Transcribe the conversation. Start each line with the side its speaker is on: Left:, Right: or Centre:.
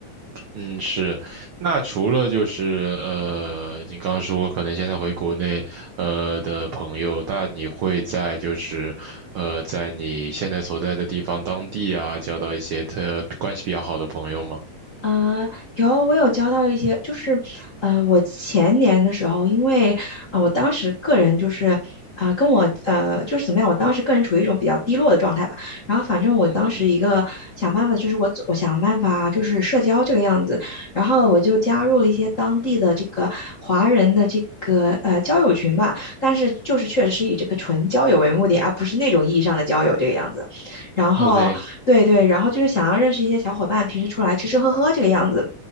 Right: 嗯，是。那除了就是呃，你刚刚说可能现在回国内呃的朋友，那你会在就是呃在你现在所在的地方当地啊，交到一些特关系比较好的朋友吗？
Left: 呃，有，我有交到一些，就是，呃，我前年的时候，因为，啊、我当时个人就是，啊、跟我，呃，就是怎么样，我当时个人处于一种比较低落的状态吧。然后反正我当时一个想办法，
Right: 嗯哼。
Left: 就是我我想办法就是社交这个样子，然后我就加入了一些当地的这个华人的这个呃交友群吧，但是就是确实是以这个纯交友为目的，而不是那种意义上的交友这个样子。然后对对，
Right: OK，
Left: 然后就是想要认识一些小伙伴，平时出来吃吃喝喝这个样子。